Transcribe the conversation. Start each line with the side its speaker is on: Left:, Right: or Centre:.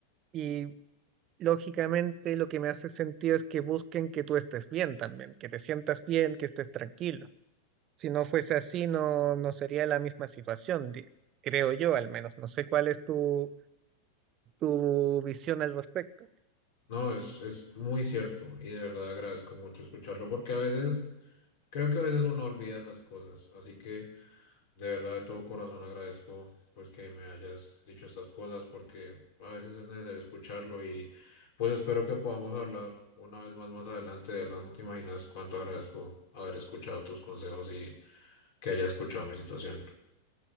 Right: y lógicamente lo que me hace sentido es que busquen que tú estés bien también, que te sientas bien, que estés tranquilo. Si no fuese así, no, no sería la misma situación, di- creo yo al menos. No sé cuál es tu, tu visión al respecto.
Left: No, es, es muy cierto y de verdad agradezco mucho escucharlo porque a veces, creo que a veces uno olvida esas cosas. Así que de verdad de todo corazón agradezco pues que me hayas dicho estas cosas porque a veces es necesario escucharlo y pues espero que podamos hablar una vez más más adelante. De verdad no te imaginas cuánto agradezco haber escuchado tus consejos y que hayas escuchado mi situación.